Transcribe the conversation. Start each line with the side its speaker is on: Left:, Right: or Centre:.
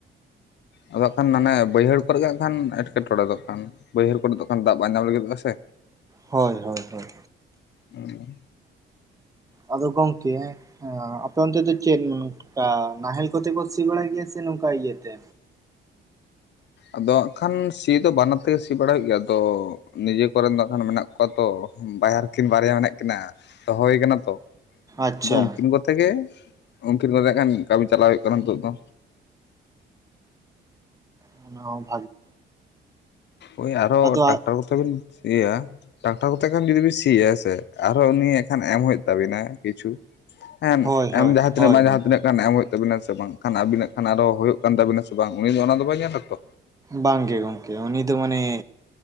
Left: ᱟᱫᱚ ᱦᱟᱜ ᱠᱷᱟᱱ ᱢᱟᱱᱮ ᱵᱟᱹᱭᱦᱟᱹᱲ ᱠᱚᱨᱮ ᱜᱮ ᱦᱟᱸᱜ ᱠᱷᱟᱱ ᱮᱸᱴᱠᱮᱴᱚᱬᱮ ᱫᱚ ᱠᱷᱟᱱ ᱵᱟᱹᱭᱦᱟᱹᱲ ᱠᱚᱨᱮ ᱱᱤᱛᱚᱜ ᱠᱷᱟᱱ ᱫᱟᱜ ᱵᱟᱝ ᱧᱟᱢ ᱞᱟᱹᱜᱤᱫᱚᱜᱼᱟ ᱠᱟᱱᱟ ᱥᱮ
Right: ᱦᱳᱭ ᱦᱳᱭ ᱦᱳᱭ
Left: ᱩ
Right: ᱟᱫᱚ ᱜᱚᱝᱠᱮ ᱮᱻ ᱟᱯᱮ ᱚᱱᱛᱮ ᱫᱚ ᱪᱮᱫ ᱱᱚᱝᱠᱟ ᱱᱟᱦᱮᱞ ᱠᱚᱛᱮ ᱠᱚ ᱥᱤ ᱵᱟᱲᱟᱭ ᱜᱮᱭᱟ ᱥᱮ ᱱᱚᱝᱠᱟ ᱤᱭᱟᱹᱛᱮ᱾
Left: ᱟᱫᱚ ᱦᱟᱸᱜ ᱠᱷᱟᱱ ᱥᱤ ᱫᱚ ᱵᱟᱱᱟᱨ ᱛᱮᱜᱮ ᱥᱤ ᱵᱟᱲᱟᱭ ᱦᱩᱭᱩᱜ ᱜᱮᱭᱟ ᱟᱫᱚ ᱱᱤᱡᱮ ᱠᱚᱨᱮᱱ ᱫᱚ ᱢᱮᱱᱟᱜ ᱠᱚ ᱚ ᱛᱚ ᱵᱟᱨᱦᱟᱨ ᱠᱤᱱ ᱵᱟᱨᱭᱟ ᱢᱮᱱᱟᱜ ᱠᱤᱱᱟᱹ ᱫᱚᱦᱚ ᱦᱩᱭ ᱠᱟᱱᱟ ᱛᱚ᱾
Right: ᱟᱪᱪᱷᱟ
Left: ᱟᱫᱚ ᱩᱱᱠᱤᱱ ᱠᱚᱛᱮ ᱜᱮ ᱩᱱᱠᱤᱱ ᱠᱚᱛᱮ ᱦᱟ ᱠᱷᱟᱱ ᱠᱟᱹᱢᱤ ᱪᱟᱞᱟᱣ ᱦᱩᱭᱩᱜ ᱠᱟᱱᱟ ᱱᱤᱛᱳᱜ ᱫᱚ
Right: <unintelligible>
Left: ᱳᱭ ᱟᱨᱦᱚᱸ
Right: ᱟᱫᱚ
Left: ᱴᱟᱠᱴᱟᱨ ᱠᱚᱛᱮ ᱵᱤᱱ ᱤᱭᱟᱹᱤᱭᱟ ᱴᱟᱠᱴᱟᱨ ᱠᱚᱛᱮ ᱡᱩᱫᱤ ᱵᱤᱱ ᱥᱤᱭᱟ ᱦᱮᱸ ᱥᱮ ᱟᱨᱦᱚᱸ ᱩᱱᱤ ᱮᱠᱷᱟᱱ ᱮᱢ ᱦᱩᱭᱩᱜ ᱛᱟᱵᱤᱱᱟ᱾ ᱠᱤᱪᱷᱩ ᱦᱮᱸ
Right: ᱦᱳᱭ ᱦᱳᱭ
Left: ᱮᱢ ᱡᱟᱦᱟᱸ ᱛᱤᱱᱟᱹᱜ
Right: ᱦᱳᱭ
Left: ᱵᱟᱝ
Right: ᱜᱚᱝᱠᱮ
Left: ᱡᱟᱦᱟᱸ ᱛᱤᱱᱟᱹᱜ ᱠᱷᱟᱱ ᱮᱢ ᱦᱩᱭᱩᱜ ᱛᱟᱵᱤᱱᱟ ᱥᱮ ᱵᱟᱝᱠᱷᱟᱱ ᱟᱵᱤᱱᱟᱜ ᱠᱷᱟᱱ ᱟᱨᱦᱚ ᱦᱩᱭᱩᱜ ᱠᱟᱱ ᱛᱟᱵᱤᱱᱟ ᱥᱮ ᱵᱟᱝ ᱩᱱᱤ ᱫᱚ ᱚᱱᱟ ᱫᱚ ᱵᱟᱭ ᱧᱮᱞ ᱞᱟᱛᱚ
Right: ᱵᱟᱝᱜᱮ ᱜᱚᱢᱠᱮ ᱩᱱᱤ ᱫᱚ ᱢᱟᱱᱮ᱾